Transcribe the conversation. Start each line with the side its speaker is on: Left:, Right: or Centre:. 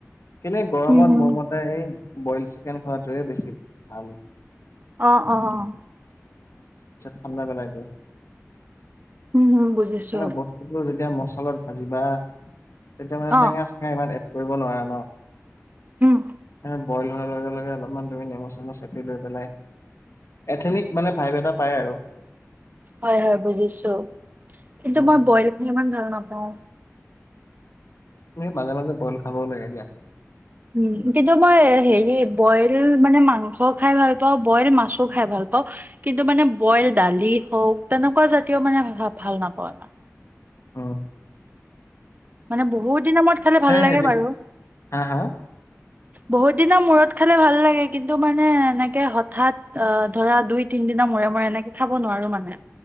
Left: কিনে গৰমত
Right: উম হুম।
Left: মৰমতে এই বইল চ চিকেন খোৱাটোৱে বেছি ভাল
Right: অ', অ', অ'।
Left: খডা পেলাই দিয়ে।
Right: উম হুম। বুজিছো
Left: মে বস্তুতটো যেতিয়া মচলাত ভাজিবা তেতিয়া মানে
Right: অ
Left: টেঙা চেঙা এবাৰ। নোৱাৰে
Right: উম
Left: ন বইল। লগে লগে অলপমান ধুমি নেমু চেমু চপি লৈ পেলাই। এথেনিক মানে ভাইভ এটা পায় আৰু।
Right: হয় হয় বুজিছো কিন্তু
Left: উম,
Right: মই বইলখ ইমান ধৰণ পাও।
Left: স মাজে মাজে বইল খাবও লাগে দিয়া।
Right: উম কিন্তু মই হেৰি বইল মানে মাংস খাই ভাল পাওঁ বইল মাছো খাই ভাল পাওঁ। ভাল পাওঁ, কিন্তু মানে বইল দালি হওক তেনেকুৱা জাতীয় মানে ভাল নাপাওঁ ইমান।
Left: অ'।
Right: মানে বহুত দিনৰ মূৰত খালে ভাল লাগে
Left: হেভি
Right: বাৰু।
Left: হা হা
Right: বহুত দিনৰ মূৰত খালে ভাল লাগে কিন্তু মানে এনেকে হঠাৎ আ ধৰা দুই তিন পদিনা মূৰে মৰে এনেকে খাব নোৱাৰো মানে।